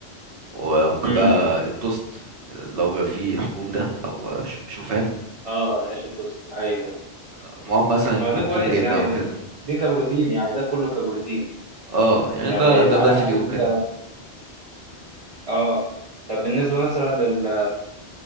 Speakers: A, on the right (about 65°); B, on the right (about 50°).
A: وممكن
B: امم
A: بقى التوست اللي هو بيبقى فيه حبوب ده او آه، ش- شوفان
B: اه العيش التوست ايوه
A: آه، معاهم مثلا
B: ما ده
A: حتة
B: كويس
A: جبنه
B: يعني
A: او
B: دي,
A: كده
B: دي كبروتين يعني ده كله كبروتين
A: اه يعني
B: يعني
A: ده ده
B: على
A: بدايه
B: حسب
A: اليوم
B: انت
A: كده
B: اه طب بالنسبه مثلا لل...